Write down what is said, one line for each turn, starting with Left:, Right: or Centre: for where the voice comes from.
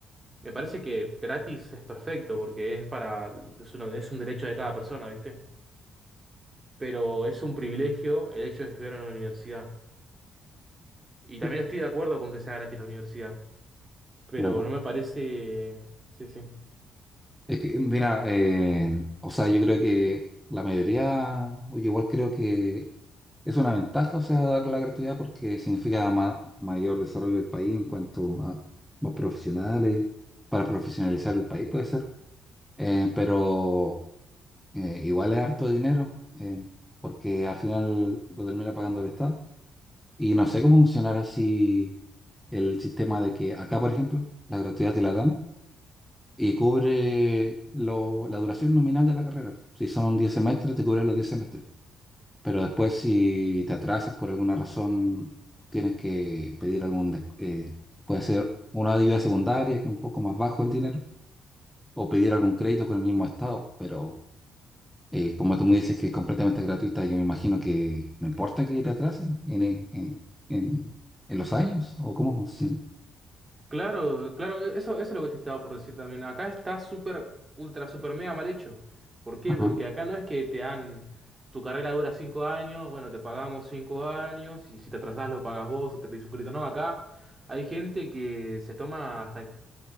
Right: Me parece que gratis es perfecto porque es para, es uno- es un derecho de cada persona, ¿viste? pero es un privilegio el hecho de estudiar en la universidad. Y también
Centre: ya.
Right: estoy de acuerdo con que sea gratis la universidad, pero
Centre: claro.
Right: no me parece... Sí, sí.
Centre: Es que, mira, eh, o sea, yo creo que la mayoría, oye, igual creo que es una ventaja, o sea, dar la gratuidad porque significa ma- mayor desarrollo del país en cuanto a los profesionales, para profesionalizar el país, puede ser. Eh, pero Eh, igual es harto dinero, eh, porque al final lo termina pagando el Estado. Y no sé cómo funcionará si el sistema de que acá, por ejemplo, la gratuidad te la dan y cubre lo- la duración nominal de la carrera. Si son 10 semestres, te cubre los 10 semestres. Pero después, si te atrasas por alguna razón, tienes que pedir algún... des- eh, puede ser una ayuda secundaria, que es un poco más bajo el dinero, o pedir algún crédito con el mismo Estado, pero... Eh, como tú me dices que es completamente gratuita, yo me imagino que no importa que te atrasen en, en, en, en- en los años o cómo funciona.
Right: Claro, claro, e, eso, eso es lo que te estaba por decir también. Acá está súper, ultra, súper mega mal hecho. ¿Por qué?
Centre: Ajá,
Right: Porque acá no es que te dan... Tu carrera dura cinco años, bueno, te pagamos cinco años, y si te atrasás lo pagas vos o te pedís un crédito. No, acá hay gente que se toma hasta